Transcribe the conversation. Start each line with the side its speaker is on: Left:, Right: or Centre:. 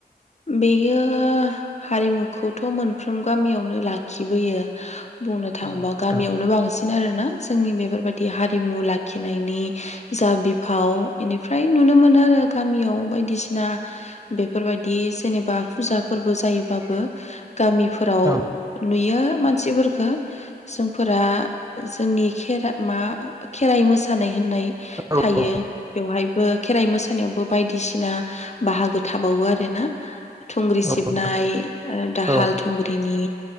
Left: बेयो हारिमुखौथ' मोनफ्रोम गामियावनो लाखिबोयो । बुंनो थाङोबा
Right: नोंथां
Left: गामियावनो बांसिन । बिनो आरोना जोंनि बेफोरबायदि हारिमु लाखिनायनि जा बिफाव इनिफ्राय नुनो मोनो आरो गामियाव बायदि दिसिना बेफोरबायदि जेनेबा फुजा फोरबो जायोबाबो गामिफोराव
Right: औ
Left: नुयो । मानसिफोरखो जोंफोरा जोंनि खेर मा खेराइ मोसानाय होननाय
Right: औ
Left: थायो
Right: औ
Left: बेवहायबो खेराइ मोसानायावबो बायदिसिना <unintelligible> बाहागो थाबावो आरो ना थुंग्रि
Right: नोंथां
Left: सिबनाय दाहाल
Right: औ
Left: थुंग्रिनि